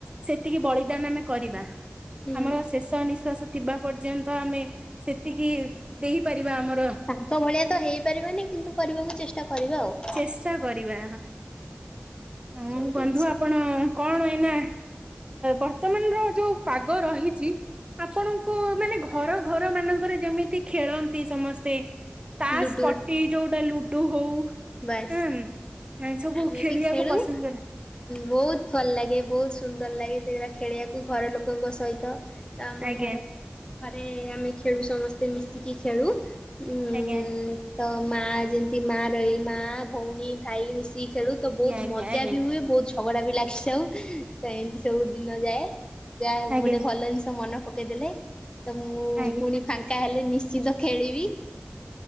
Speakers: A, on the right (about 25°); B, on the left (about 20°).
A: ସେତିକି ବଳିଦାନ ଆମେ କରିବା।
B: ହୁଁ।
A: ଆମର ଶେଷ ନିଶ୍ଵାସ ଥିବା ପର୍ଯ୍ୟନ୍ତ ଆମେ ସେତିକି ଦେଇପାରିବା ଆମର
B: ତାଙ୍କ ଭଳିଆ ତ ହେଇପାରିବାନି କିନ୍ତୁ କରିବାକୁ ଚେଷ୍ଟା କରିବା ଆଉ।
A: ଚେଷ୍ଟା କରିବା। ହଁହଁ
B: ସବୁ ଜିନିଷ
A: ବନ୍ଧୁ ଆପଣ କଣ ଏଇନା ବର୍ତ୍ତମାନର ଯୋଉ ପାଗ ରହିଛି। ଆପଣଙ୍କୁ ମାନେ ଘର ଘର ମାନଙ୍କରେ ଯେମିତି ଖେଳନ୍ତି ସମସ୍ତେ। ତାସ
B: ଲୁଡୁ
A: ସ୍ପଟି ଯୋଉଟା ଲୁଡୁ ହଉ।
B: ବାସ୍
A: ହୁଁ ସବୁ
B: ଆମେ
A: ଖେଳିବାକୁ
B: ବି ଖେଳୁ।
A: ପସନ୍ଦ କରେ
B: ବହୁତ ଭଲ ଲାଗେ ବହୁତ ସୁନ୍ଦର ଲାଗେ। ସେଗୁଡ଼ା ଖେଳିବାକୁ ଘର ଲୋକଙ୍କ ସହିତ। ତ ଆମ
A: ଆଜ୍ଞା
B: ଘରକୁ ଘରେ ଆମେ ଖେଳୁ ସମସ୍ତେ ମିଶିକି ଖେଳୁ। ଉଁ
A: ଆଜ୍ଞା
B: ତ ମା ଯେମିତି ମା ରହିଲେ ମା ଭଉଣୀ ଭାଇ ମିଶିକି ଖେଳୁ। ତ ବହୁତ
A: ଆଜ୍ଞା
B: ମଜା
A: ଆଜ୍ଞା
B: ବି ହୁଏ ବହୁତ ଝଗଡା ବି ଲାଗେ ସବ ତ ଏମିତି ସବୁ ଦିନ ଯାଏ। ଗା ଗୋଟେ
A: ଆଜ୍ଞା ଆଜ୍ଞା
B: ଭଲ ଜିନିଷ ମନେ ପକେଇ ଦେଲେ। ତ ମୁଁ
A: ଆଜ୍ଞା
B: ପୁଣି ଫାଙ୍କା ହେଲେ ନିଶ୍ଚିନ୍ତ ଖେଳିବି।